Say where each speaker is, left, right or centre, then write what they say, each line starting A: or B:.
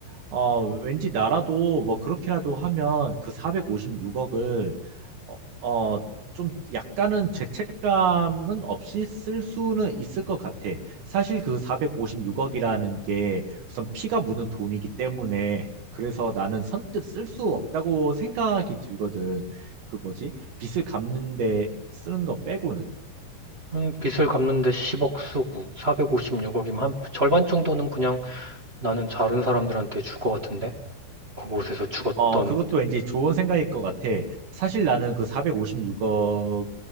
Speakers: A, on the right; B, on the right.
A: 어, 왠지 나라도 뭐 그렇게라도 하면 그 456억을 어, 어, 좀 약간은 죄책감은 없이 쓸 수는 있을 것 같아. 사실 그 456억이라는 게 우선 피가 묻은 돈이기 때문에 그래서 나는 선뜻 쓸 수 없다고 생각이 들거든. 그 뭐지? 빚을 갚는데 쓰는 거 빼고는.
B: 음, 빚을 갚는데 10억 쓰고, 456억이면 한 절반 정도는 그냥 나는 다른 사람들한테 줄 것 같은데? 그곳에서 죽었던
A: 어, 그것도 왠지 좋은 생각일 것 같아. 사실 나는 그 456억이